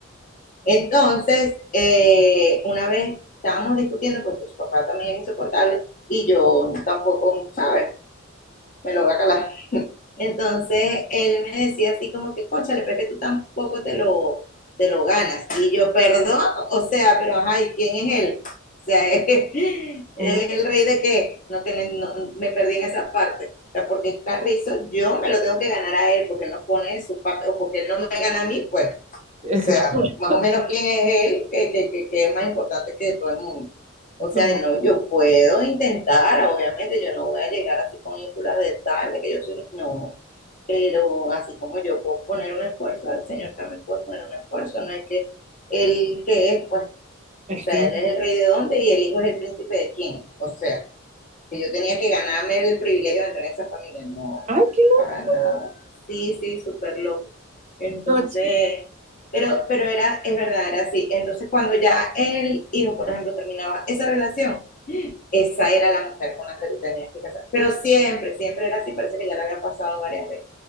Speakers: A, on the left; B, on the right.
A: entonces, eh, una vez estábamos discutiendo, porque su papá también es insoportable y yo tampoco, ¿sabes? Me lo voy a calar. <laughs> Entonces, él me decía así como que, cónchale, pero es que tú tampoco te lo, te lo ganas. Y yo, perdón, o sea, pero ajá, ¿y quién es él? O sea, <laughs> ¿es,
B: todo.
A: es el rey de qué? No, que no, no, me perdí en esa parte. O sea, porque Carrizo, yo me lo tengo que ganar a él, porque él no pone de su parte, o porque él no me gana a mí, pues.
B: Es
A: O sea,
B: que, <laughs>
A: más o menos quién es él, que, que, que, que es más importante que todo el mundo. O sea,
B: no,
A: no, yo puedo intentar, obviamente, yo no voy a llegar así con ínfulas de tal, de que yo soy, no, pero así como yo puedo poner un esfuerzo, el Señor también puede poner un esfuerzo, no es que él que es, pues,
B: es
A: o sea,
B: que,
A: él es el rey de dónde y el hijo es el príncipe de quién, o sea, que yo tenía que ganarme el privilegio de entrar en esa familia. No,
B: ay, qué loco.
A: para nada. Sí, sí, súper loco. Entonces,
B: No, chico,
A: pero, pero era, es verdad, era así. Entonces, cuando ya el hijo, por ejemplo, terminaba esa relación, esa era la mujer con la que tú tenías que casar. Pero siempre, siempre era así, parece que ya la había pasado varias veces.